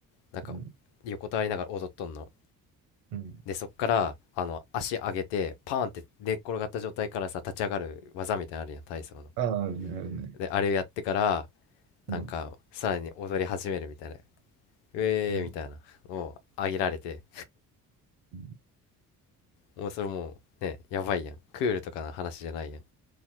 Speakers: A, on the left; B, on the right.
A: なんか横たわりながら踊っとんの
B: うん、うん。
A: で、そっから、あの、足上げて、パーンって寝っ転がった状態からさ、立ち上がる技みたいなのあるやん、体操の。
B: ああ、あるね、あるね。
A: で、あれをやってから、なんか、
B: うん、
A: さらに踊り始めるみたいな。うえーみたいなもう上げられて、
B: うん、うん。
A: もうそれもう、ね、やばいやん。クールとかの話じゃないやん。